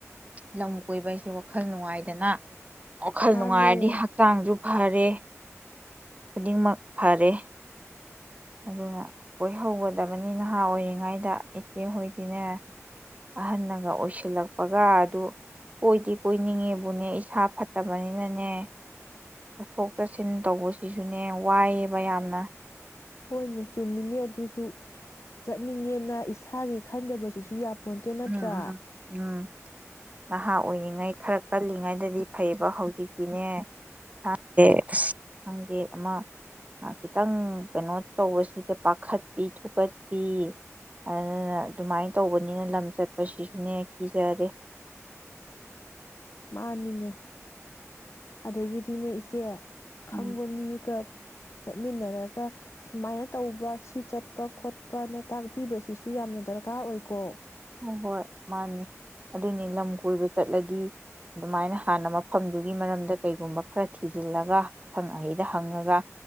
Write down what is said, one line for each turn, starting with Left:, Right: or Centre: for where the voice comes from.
Right: ꯂꯝ ꯀꯣꯏꯕ ꯍꯥꯏꯁꯦ ꯋꯥꯈꯜ ꯅꯨꯡꯉꯥꯏꯗꯅ ꯋꯥꯈꯜ
Left: ꯃꯥꯅꯦ
Right: ꯅꯨꯡꯉꯥꯏꯔꯗꯤ ꯍꯛꯆꯥꯡꯁꯨ ꯐꯔꯦ ꯈꯨꯗꯤꯡꯃꯛ ꯐꯔꯦ ꯑꯗꯨꯅ ꯀꯣꯏꯍꯧꯒꯗꯕꯅꯤ ꯅꯍꯥ ꯑꯣꯏꯔꯤꯉꯩꯗ ꯏꯆꯦꯍꯣꯏꯗꯤꯅꯦ ꯑꯍꯟꯅꯒ ꯑꯣꯏꯁꯤꯜꯂꯛꯄꯒ ꯑꯗꯨ ꯀꯣꯏꯗꯤ ꯀꯣꯏꯅꯤꯡꯉꯦꯕꯨꯅꯦ ꯏꯁꯥ ꯐꯠꯇꯕꯅꯤꯅꯅꯦ ꯆꯠꯊꯣꯛ ꯆꯠꯁꯤꯟ ꯇꯧꯕꯁꯤꯁꯨꯅꯦ ꯋꯥꯏꯌꯦꯕ ꯌꯥꯝꯅ
Left: ꯍꯣꯏꯅꯦ ꯆꯨꯝꯃꯤꯅꯦ ꯑꯗꯨ ꯁꯨ ꯆꯠꯅꯤꯡꯉꯦꯅ ꯏꯁꯥꯒꯤ ꯈꯟꯗꯕꯁꯤꯁꯨ ꯌꯥꯝ ꯄꯣꯟꯇꯦ ꯅꯠꯇ꯭ꯔꯥ
Right: ꯎꯝ ꯎꯝ ꯎꯝ ꯅꯍꯥ ꯑꯣꯏꯔꯤꯉꯩ ꯈꯔ ꯀꯜꯂꯤꯉꯩꯗꯗꯤ ꯐꯩꯌꯦꯕ ꯍꯧꯖꯤꯛꯇꯤꯅꯦ ꯈꯗꯦ ꯑꯁ ꯈꯪꯗꯦ ꯑꯃ ꯈꯤꯇꯪ ꯀꯩꯅꯣ ꯇꯧꯕꯁꯤꯗ ꯄꯥꯈꯠꯄꯤ ꯊꯨꯀꯠꯄꯤ ꯑꯗꯨꯅ ꯑꯗꯨꯃꯥꯏꯅ ꯇꯧꯕꯅꯤꯅ ꯂꯝ ꯁꯠꯄꯁꯤꯁꯨꯅꯦ ꯀꯤ ꯖꯔꯦ
Left: ꯃꯥꯅꯤꯅꯦ ꯑꯗꯒꯤꯗꯤꯅꯦ ꯏꯆꯦ ꯈꯪꯕꯃꯤꯒ
Right: ꯎꯝ
Left: ꯆꯠꯃꯤꯟꯅꯔꯒ ꯁꯨꯃꯥꯏꯅ ꯇꯧꯕ ꯁꯤ ꯆꯠ ꯈꯣꯠꯄꯅ ꯇꯥꯛꯄꯤꯕꯁꯤꯁꯨ ꯁꯨ ꯌꯥꯝꯅ ꯗꯔꯀꯥꯔ ꯑꯣꯏꯀꯣ
Right: ꯍꯣ ꯍꯣꯏ ꯃꯥꯅꯤ ꯑꯗꯨꯅꯤ ꯂꯝ ꯀꯣꯏꯕ ꯆꯠꯂꯗꯤ ꯑꯗꯨꯃꯥꯏꯅ ꯍꯥꯟꯅ ꯃꯐꯝꯗꯨꯒꯤ ꯃꯔꯝꯗ ꯀꯩꯒꯨꯝꯕ ꯈꯔ ꯊꯤꯖꯤꯜꯂꯒ ꯑꯈꯪ ꯑꯍꯩꯗ ꯍꯪꯉꯒ